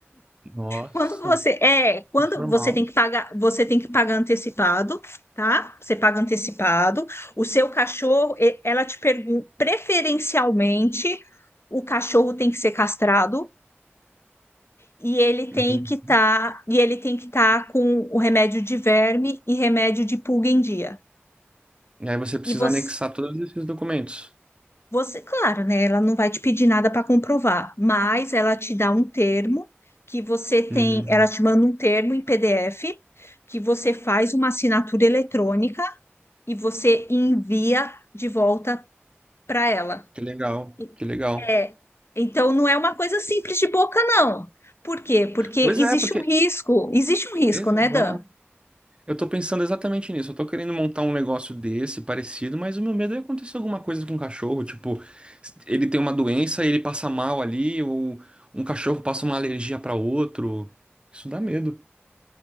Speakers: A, on the right; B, on the left.
A: Nossa,
B: Quando você é, quando
A: que formal.
B: você tem que pagar, você tem que pagar antecipado, tá? Você paga antecipado. O seu cachorro, e- ela te pergunta, preferencialmente, o cachorro tem que ser castrado e ele tem
A: Entendi.
B: que estar, e ele tem que estar com o remédio de verme e remédio de pulga em dia.
A: E aí você precisa
B: E você
A: anexar todos esses documentos.
B: Você, claro, né? Ela não vai te pedir nada para comprovar, mas ela te dá um termo que você tem,
A: Hum,
B: ela te manda um termo em PDF que você faz uma assinatura eletrônica e você envia de volta para ela.
A: que legal,
B: E-
A: que legal.
B: É, então não é uma coisa simples de boca, não. Por quê? Porque
A: Pois
B: existe
A: é, porque.
B: um risco, existe um risco,
A: Exato.
B: né, Dan?
A: Eu tô pensando exatamente nisso. Eu tô querendo montar um negócio desse, parecido, mas o meu medo é acontecer alguma coisa com o cachorro. Tipo, ele tem uma doença e ele passa mal ali, ou um cachorro passa uma alergia para outro. Isso dá medo.